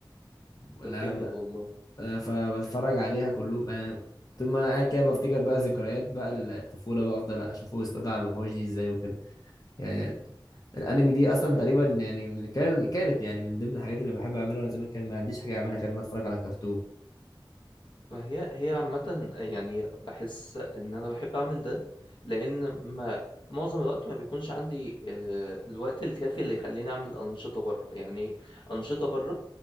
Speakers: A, on the left; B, on the left.
A: طب
B: لا
A: جامد والله
B: آه، فبتفرج عليها كله انا طول ما انا قاعد كده بفتكر بقى ذكريات بقى الطفوله بقى افضل اشوفه واستدعى على الوحوش دي ازاي وكده يعني الانمي دي اصلا
A: طب جامد
B: تقريبا يعني من كان كانت يعني من ضمن الحاجات اللي بحب اعملها وانا زمان كان ما عنديش حاجه اعملها غير ان أنا اتفرج على كرتون
A: ما هي هي عامة يعني بحس ان انا بحب اعمل ده لان ما معظم الوقت ما بيكونش عندي آه، الوقت الكافي اللي يخليني اعمل انشطة بره يعني انشطة بره